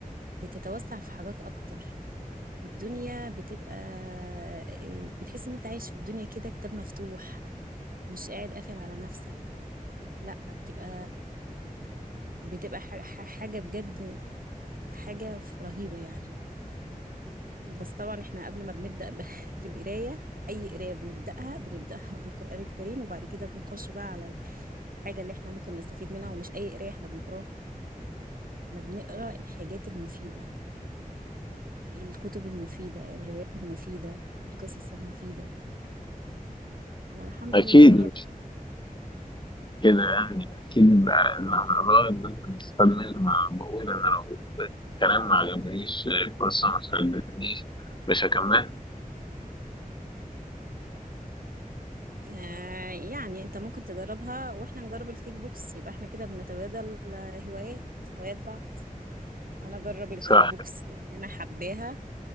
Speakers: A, on the right (about 75°); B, on the left (about 30°).
A: بتتوسع في حاجات أكتر الدنيا بتبقى آه، بتحس إن أنت عايش في الدنيا كده كتاب مفتوح مش قاعد قافل على نفسك لأ بتبقى بتبقى ح- ح- حاجة بجد حاجة رهيبة يعني بس طبعا احنا قبل ما بنبدأ ب- <laughs> بالقراية أي قراية بنبدأها بنبدأها <laughs> بالقرآن الكريم وبعد كده بنخش بقى على الحاجة اللي احنا ممكن نستفيد منها ومش أي قراية احنا بنقراها احنا بنقرا الحاجات المفيدة الكتب المفيدة الروايات المفيدة القصص المفيدة الحمد
B: أكيد
A: لله يعني
B: كده يعني أكيد بقى اللي هنقراه الناس بتستفاد منه ما بقول أنا لو الكلام ما عجبنيش القصة ما شدتنيش مش هكمل
A: آه يعني انت ممكن تجربها واحنا نجرب الكيك بوكس يبقى احنا كده بنتبادل آه، هوايات هوايات بعض انا اجرب الكيك
B: صح
A: بوكس اللي انا حباها